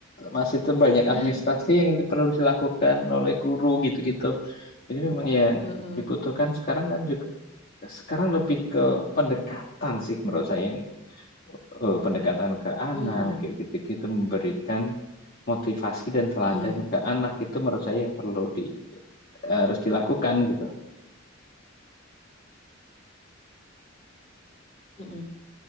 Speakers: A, on the left; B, on the left.
A: masih terbanyak administrasi
B: <gasps> <sighs>
A: yang di- perlu dilakukan oleh guru gitu-gitu. Jadi memang yang
B: Heeh.
A: dibutuhkan sekarang kan juga sekarang lebih ke pendekatan sih menurut saya yang eee, pendekatan ke anak,
B: Mm-mm.
A: kayak gitu-gitu, memberikan motivasi dan teladan
B: Iya.
A: ke anak itu menurut saya yang perlu di harus dilakukan gitu.
B: Mm-mm.